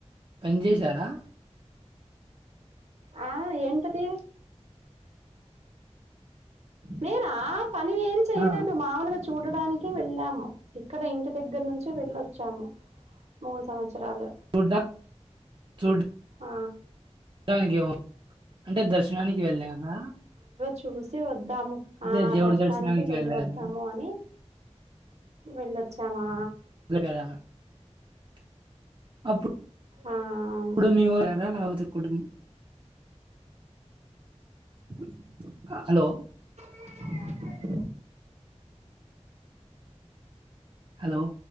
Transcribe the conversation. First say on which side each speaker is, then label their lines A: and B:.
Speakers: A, on the right; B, on the right.
A: పని చేసారా
B: ఆ ఏంట్ అది నేనా పని ఏం చేయలేదు
A: ఆ!
B: మాముూలుగా చు చూడడానికి వెళ్ళాము ఇక్కడ ఇంటి దగ్గర నుంచి వెళ్ళొచ్చాము మూడు సంవత్సరాలు
A: చూడ చూడ్
B: ఆ
A: డానికి ఏం ఉ అంటే దర్శనానికి వెళ్ళారా
B: చూసే వద్ దాము
A: అదే
B: ఆ
A: దేవుడి
B: దర్శనానికి వెళ్ళి
A: వెళ్ళారా?
B: వద్దాము అని వెళ్ళిొచ్చామా
A: <unintelligible> అప్పుడ్
B: ఆ అవును
A: మేము ఎర వత కుడుబ <unintelligible> హలో
B: <inaudible>
A: హలో